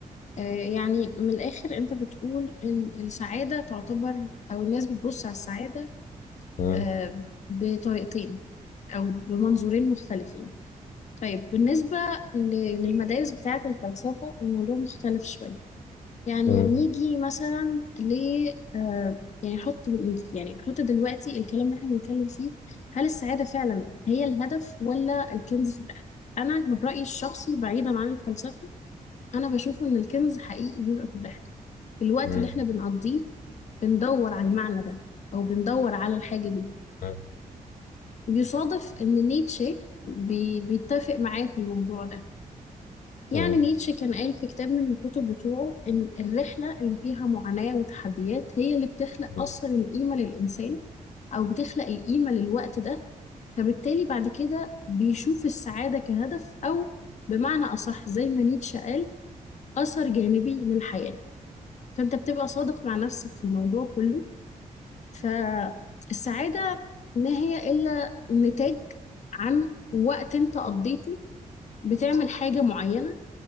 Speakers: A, on the left; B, on the left.
A: آه، يعني من الآخر أنت بتقول إن السعادة تعتبر أو الناس بتبص على السعادة
B: كده
A: آه، بطريقتين أو بمنظورين مختلفين طيب بالنسبة ل- للمدارس بتاعة الفلسفة الموضوع مختلف شوية يعني
B: مم.
A: نيجي مثلا ل آه، يعني نحط يعني نحط دلوقتي الكلام اللي احنا بنتكلم فيه هل السعادة فعلا هي الهدف ولا الكنز في الرحلة؟ أنا من رأيي الشخصي بعيدا عن الفلسفة أنا بشوف إن الكنز حقيقي بيبقى في الرحلة في الوقت
B: مم.
A: اللي احنا بنقضيه بندور على المعنى ده أو بندور على الحاجة دي
B: مم.
A: يصادف إن نيتشه بي... بيتفق معاه في الموضوع ده يعني
B: مم.
A: نيتشه كان قال في كتاب من الكتب بتوعه إن الرحلة اللي فيها معاناة وتحديات هي اللي بتخلق
B: مم.
A: أصلا القيمة للإنسان أو بتخلق القيمة للوقت ده فبالتالي بعد كده بيشوف السعادة كهدف أو بمعنى أصح زي ما نيتشه قال أثر جانبي للحياة فأنت بتبقى صادق مع نفسك في الموضوع كله فالسعادة ما هي إلا نتاج عن وقت انت قضيته بتعمل حاجة معينة